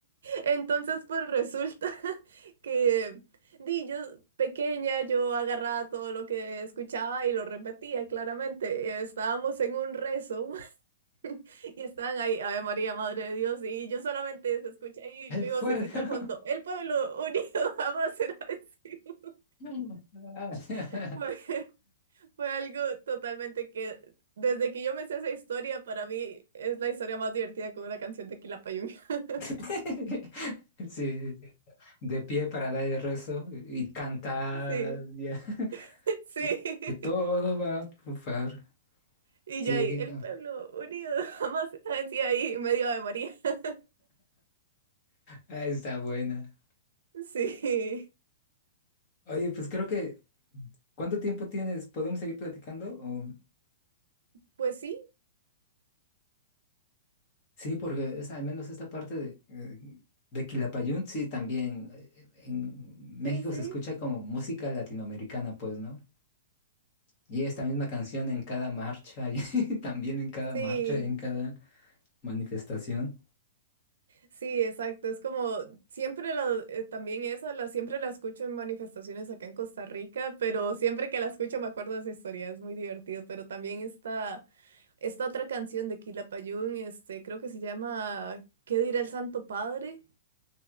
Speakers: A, on the right; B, on the left.
A: Entonces pues resulta <laughs> que di, yo pequeña, yo agarraba todo lo que escuchaba y lo repetía claramente. Estábamos en un rezo <laughs> y estaban ahí, Ave María, Madre de Dios, y yo solamente se escucha ahí
B: El
A: mi
B: fuego.
A: vocecita al fondo, el Pueblo Unido <laughs> jamás será vencido.
B: Mm. Ah.
A: <laughs> Fue algo totalmente que, desde que yo me sé esa historia, para mí es la historia más divertida con una canción de Quilapayún. <laughs>
B: <laughs> Sí, sí, sí. De pie para dar el rezo y cantar.
A: Sí,
B: ya. <laughs>
A: <laughs> sí.
B: Sí. Que todo va a triunfar.
A: Y
B: Sí,
A: yo ahí,
B: aquí está.
A: el pueblo unido <laughs> jamás venció ahí, medio de María. <laughs>
B: Ah, está buena.
A: Sí.
B: Oye, pues creo que. ¿Cuánto tiempo tienes? ¿Podemos seguir platicando? o
A: Pues sí,
B: Sí, porque es, al menos esta parte de, eh, de Quilapayún, sí, también eh, en México
A: sí, sí.
B: se escucha como música latinoamericana, pues, ¿no? Y esta misma canción en cada marcha, y <laughs> también en cada
A: Sí.
B: marcha y en cada manifestación.
A: Sí, exacto. Es como siempre la, eh, también esa, la, siempre la escucho en manifestaciones acá en Costa Rica, pero siempre que la escucho me acuerdo de esa historia, es muy divertido. Pero también está esta otra canción de Quilapayún, este, creo que se llama ¿Qué dirá el Santo Padre?